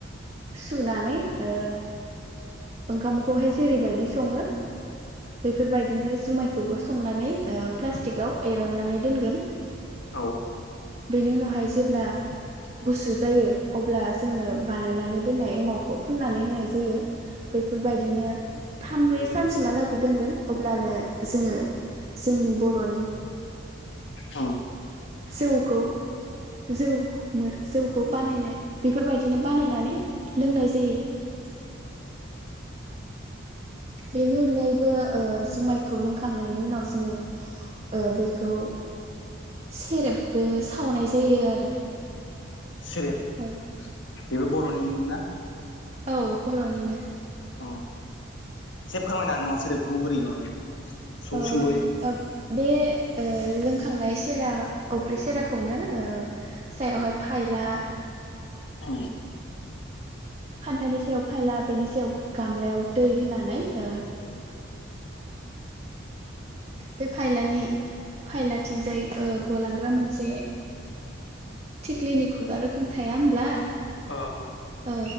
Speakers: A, on the right (about 30°); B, on the left (about 65°).
A: सुनानै ओ ओंखामखौहाय जेरैबायदि सङो बेफोरबायदिनो जुमाय खौबो संनानै ओ प्लास्टिकआव एरननानै दोनगोन।
B: औ
A: बेनि उनावहाय जेब्ला गुसु जायो अब्ला जोङो बानायनानै दोननाय एमावखौ फुननानै होनाय जायो। बैफोरबायदिनो थाम ब्रै सानसिमहालागै दोनगोन अब्लानो जोङो जोंनि बर'नि
B: औ
A: जौखौ जौ मोन जौखौ बानायनो बेफोरबायदिनो बानायनानै लोंनाय जायो। <inaudible> बेनि अनगायैबो ओ जुमायखौ लोंखांनायनि उनाव जोङो ओ बेखौ सेरेबबो सावनाय जायो आरो
B: सेरेब
A: औ
B: बेबो। बर'निनो ना?
A: औ बर'निनो।
B: अ एसे फोरमायनो हागोन नामा सेरफखौ बोरै माबायो। सुं
A: ओ
B: सुंद'यै
A: ओब बे। लोंखांनाय सेरा अफ्रि सेराखौनो सायावहाय फायला
B: औ।
A: खान्थानि सायाव फायला बेनि सायाव। गामलायाव दै होनानै ओ। बे फायलानि फायलाथिंजाय ओ गलां मोनसे थिखलि नि खुगा आरो खम। थाया होमब्ला।
B: अ अ।
A: ओ